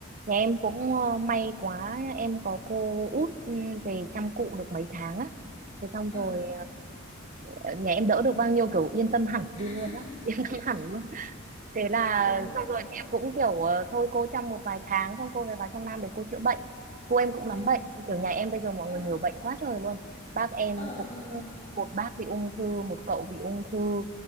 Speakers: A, on the right (about 40°); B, on the left (about 35°).
A: Nhà em cũng ờ, may quá em có cô út ừ, về chăm cụ được mấy tháng á. Thế xong
B: ờ
A: rồi ờ, nhà em đỡ được bao nhiêu kiểu yên tâm hẳn
B: <laughs>
A: đi luôn á, <laughs> yên tâm hẳn luôn. Thế là
B: đúng rồi
A: xong rồi em cũng kiểu ờ, thôi cô chăm một vài tháng xong cô về vào trong Nam để cô chữa bệnh. Cô em cũng
B: ờ
A: lắm bệnh, kiểu nhà em bây giờ mọi
B: ờ
A: người nhiều bệnh quá trời luôn. Bác em
B: ờ
A: cũng
B: ờ ờ ờ
A: một bác bị ung thư, một cậu bị ung thư,